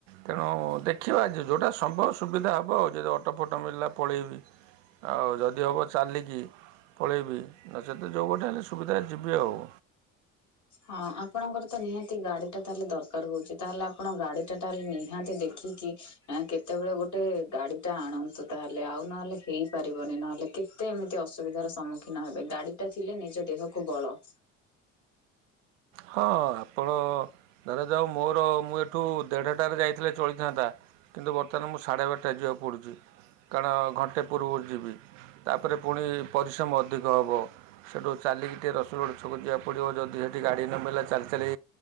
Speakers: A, on the right; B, on the left.
A: ତେଣୁ ଦେଖିବା ଆଜି ଯେଉଁଟା ସମ୍ଭବ ସୁବିଧା ହେବ ଆଉ ଯଦି ଅଟୋ। ଅଟୋ ମଳିଲା ପଳେଇବି ଆଉ ଯଦି ହେବ ଚାଲିକି। ପଳେଇବି ନ ସହିତ ଯେଉଁ ଗୋଟେ ହେଲେ ସୁବିଧା ଯିବି ଆଉ।
B: ହଁ ଆପଣଙ୍କର ତ ନିହାତି ଗାଡି ଟା ତାହେଲେ ଦରକାର ହଉଛି ତାହେଲେ ଆପଣ ଗାଡି ଟା ନି ନିହାତି ଦେଖିକି। ନା କେତେବେଳେ ଗୋଟେ ଗାଡି ଟା ଆଣନ୍ତୁ ତାହେଲେ ଆଉ ନହେଲେ ହେଇପାରିବନି ନହେଲେ। କେତେ ଏମିତି ଅସୁବିଧାର ସମ୍ମୁଖୀନ ହେବେ ଗାଡି ଟା ଥିଲେ ନିଜ ଦେହକୁ ବଳ।
A: ହଁ ଆପଣ। ଧରା ଯାଉ ମୋର ମୁଁ ଏଠୁ ଦେଢଟାରେ ଯାଇଥିଲେ ଚଳିଥାନ୍ତା। କିନ୍ତୁ ବର୍ତ୍ତମାନ ମୁଁ ସାଢ଼େ ବାରଟା ଯିବାକୁ ପଡ଼ୁଛି କାରଣ ଘଣ୍ଟେ ପୂର୍ବରୁ ଯିବି। ତାପରେ ପୁଣି ପରିଶ୍ରମ ଅଧିକ ହେବ ସେଠୁ ଚାଲିକି ଟିକେ ର ଚଡ଼ ଛକ ଯିବାକୁ ପଡ଼ିବ ଯଦି ସେଇଠି ଗାଡ଼ି ନ ମିିଲା ଚାଲି ଚାଲି